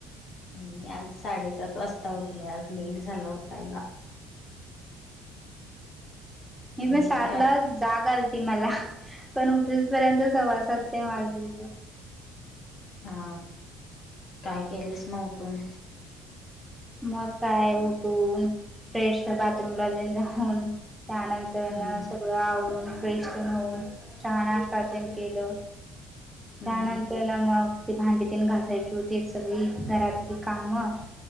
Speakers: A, on the left; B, in the centre.
A: मी आज साडेसात वाजता उठले आज लेट झाला उटायला हम्म
B: हे प साात
A: काय
B: ला जागा मला पण उठून पर्यंत सवासात ते वाजली
A: हा काय केलेस ना उठून
B: मग काय उठून फ्रेश बाथरूम लान जाऊन त्यानंतर
A: हम्म
B: सगळं आवरून फ्रेशन होऊन छान असतातात केलं
A: हम्म
B: त्यानंतर ना मग ती भांडीत घासायची ते सगळी घरातली कामं